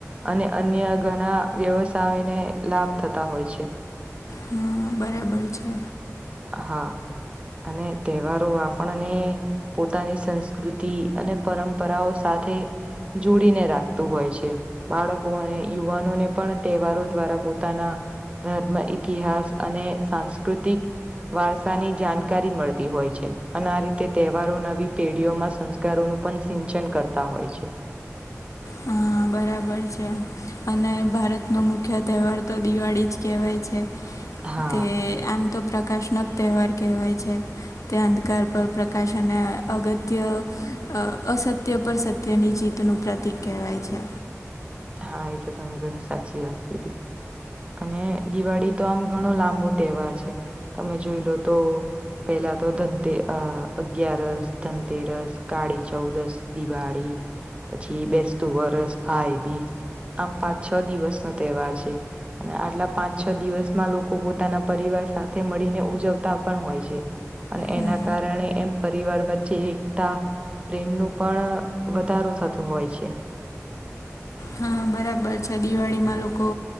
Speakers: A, on the right; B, on the left.
A: અને અન્ય ઘણા વ્યવસાયોને લાભ થતા હોય છે.
B: હમ્મ બરાબર છે.
A: હા અને તહેવારો આપણને પોતાની સંસ્કૃતિ અને પરંપરાઓ સાથે જોડીને રાખતું હોય છે. બાળકો અને યુવાનોને પણ તહેવારો દ્વારા પોતાના ધર્મ ઇતિહાસ અને સાંસ્કૃતિક વારસાની જાણકારી મળતી હોય છે અને આ રીતે તહેવારો નવી પેઢીઓમાં સંસ્કારોનું પણ સિંચન કરતા હોય છે.
B: હા બરાબર છે. અને ભારતનોો મુખ્ય તહેવાર તો દિવાળી જ કહેવાય છે
A: હા
B: તે આમ તો પ્રકાશનો જ તહેવાર કહેવાય છે. તે અંધકાર પર પ્રકાશ અને અગત્ય અસત્ય પર સત તેની જીતનું પ્રતિક કહેવાય છે.
A: હા એ તો તમે ઘણી સાચી વાત કીધી અને દિવાળી તો આમ ઘણો લાંબો તહેવાર છે તમે જોઈ લો તો પહેલા તો ધનતેર અ અગિયારસ ધનતેરસ કાળી ચૌદસ દિવાળી પછી બેસતું વરસ ભાઈ બી આમ પાંચ છ દિવસનો તહેવાર છે. અને આટલા પાંચ છ દિવસમાં લોકો પોતાના પરિવાર સાથે મળીને ઉજવતા પણ હોય છે. અને એના
B: હા
A: કારણે એમ પરિવાર વચ્ચે એકતા પ્રેમનું પણ વધારો થતો હોય છે.
B: હા બરાબર છે દિવાળીમાં લોકો